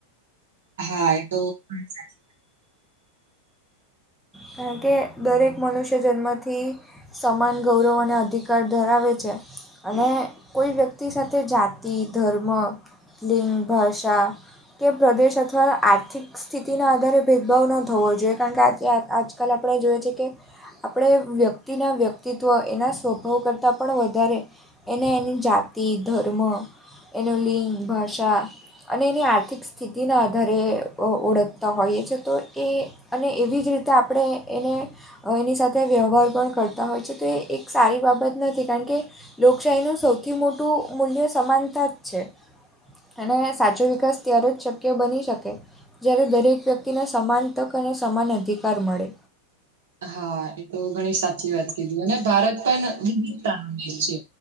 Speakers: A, on the right; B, in the centre.
A: હા એ તો <unintelligible>
B: કારણ કે દરેક મનુષ્ય જન્મથી સમાન ગૌરવ અને અધિકાર ધરાવે છે અને કોઈ વ્યક્તિ સાથે જાતિ ધર્મ લિંગ ભાષા કે પ્રદેશ અથવા આર્થિક સ્થિતિના આધારે ભેદભાવ ન થવો જોઈએ કારણ કે આજકાલ આપણે જોઈએ છે કે આપણે વ્યક્તિના વ્યક્તિત્વ એના સ્વભાવ કરતાં પણ વધારે એને એની જાતિ ધર્મ એનું લિંગ ભાષા અને એની આર્થિક સ્થિતિના આધારે ઓળખતા હોઈએ છીએ તો એ અને એવી જ રીતે આપણે એને એની સાથે વ્યવહાર પણ કરતા હોય છે તો એ એક સારી બાબત નથી કારણ કે લોકશાહીનું સૌથી મોટું મૂલ્ય સમાનતા જ છે અને સાચો વિકાસ ત્યારે જ શક્ય બની શકે જ્યારે દરેક વ્યક્તિને સમાન તક અને સમાન અધિકાર મળે
A: હા એ તો ઘણી સાચી વાત કીધી અને ભારત પણ વિવિધતાનો દેશ છે